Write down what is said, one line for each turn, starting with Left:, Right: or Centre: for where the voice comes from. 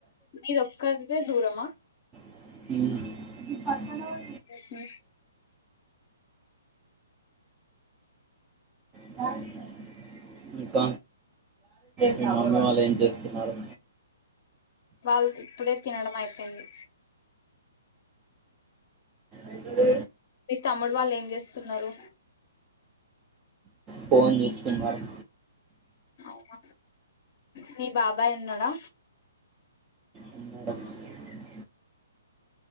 Left: మీదొక్కరిదే దూరమా
Right: ఉ
Left: ఊహు
Right: ద ఇంక మి మమ్మీ వాళ్ళు ఏం చేస్తున్నారు
Left: వాళ్ ది ఇప్పుడే తినడం అయిపోయింది
Right: అతే
Left: మీ తమ్ముడు వాళ్ళు ఏం చేస్తున్నారు
Right: ఫోన్ చూస్తున్నారు
Left: అవున మీ బాబాయ్ ఉన్నాడా
Right: ఉన్నారండి